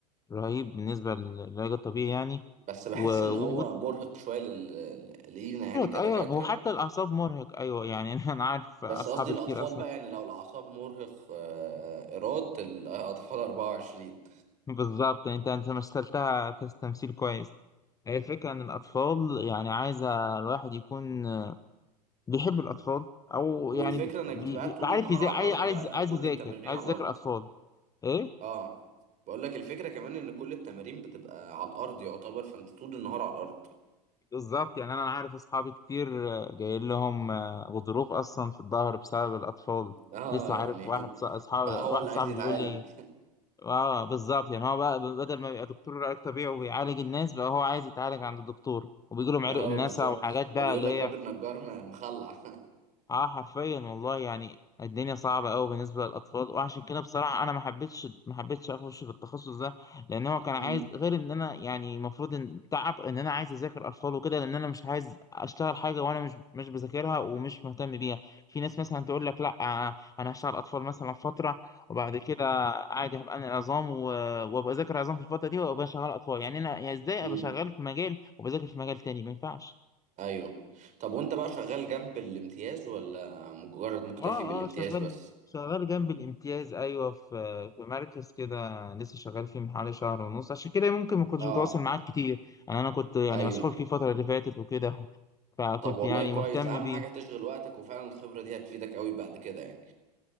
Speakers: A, on the left; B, on the right.
A: رهيب بالنسبه للعلاج الطبيعي يعني
B: بس بحس
A: ومرهق
B: ان هو مرهق شويه لل... لينا يعني كدكاتره
A: ايوه وحتى الاعصاب مرهق ايوه يعني <laughs> انا عارف اصحابي
B: بس قصدي الاطفال
A: كتير اصلا
B: بقى يعني لو الاعصاب مرهق آه، ايراد الاطفال 24
A: بالظبط يعني انت انت مثلتها تمثيل كويس هي الفكره ان الاطفال يعني عايزه الواحد يكون بيحب الاطفال او
B: والفكره
A: يعني
B: انك
A: بي...
B: بتبقى
A: بي-
B: قاعد طول
A: عارف
B: النهار
A: ازاي
B: على
A: عايز
B: الارض
A: عايز
B: بقى يعني
A: عايز
B: كل
A: يذاكر
B: التمارين
A: عايز
B: على الارض
A: يذاكر اطفال ايه
B: اه بقول لك الفكره كمان ان كل التمارين بتبقى على الارض يعتبر فانت طول النهار على الارض
A: بالظبط يعني انا عارف اصحابي كتير آه، جايين لهم آه، غضروف اصلا في الظهر بسبب الاطفال
B: اه
A: لسه
B: يعني
A: عارف واحد ص- اصحابي
B: <laughs> بقى
A: واحد
B: هو اللي
A: صاحبي
B: عايز يتعالج
A: بيقول لي اه بالظبط يعني هو بقى بدل ما يبقى دكتور علاج طبيعي وبيعالج الناس بقى هو عايز يتعالج عند الدكتور وبيجي
B: <laughs>
A: لهم عرق
B: اه
A: الناس
B: بالظبط
A: وحاجات بقى
B: ما بيقول
A: اللي
B: لك
A: هي
B: باب النجار م- مخلع <laughs>
A: اه حرفيا والله يعني الدنيا صعبة قوي بالنسبة للأطفال وعشان كده بصراحة أنا ما حبيتش ما حبيتش أخش في التخصص ده لأن هو كان
B: امم
A: عايز غير إن أنا يعني المفروض إن تعب إن أنا عايز أذاكر أطفال وكده لأن أنا مش عايز أشتغل حاجة وأنا مش مش بذاكرها ومش مهتم بيها في ناس مثلا تقول لك لا آه، أنا هشتغل أطفال مثلا فترة وبعد كده عادي هبقى أنا العظام و- وأبقى أذاكر عظام في الفترة دي وأبقى شغال أطفال يعني أنا يعني إزاي
B: امم
A: أبقى شغال في مجال وبذاكر في مجال تاني ما ينفعش
B: ايوه طب وانت بقى شغال جنب الامتياز ولا مجرد مكتفي
A: اه
B: بالامتياز
A: اه شغال
B: بس
A: شغال جنب الامتياز ايوه في في مركز كده لسه شغال فيه من حوالي شهر ونص عشان كده ممكن ما كنتش
B: اه
A: بتواصل معاك كتير انا انا كنت يعني
B: ايوه
A: مسحول فيه الفتره اللي فاتت وكده <laughs> فكنت
B: طب والله
A: يعني
B: كويس
A: مهتم
B: اهم
A: بيه
B: حاجة تشغل وقتك وفعلا الخبرة دي هتفيدك قوي بعد كده يعني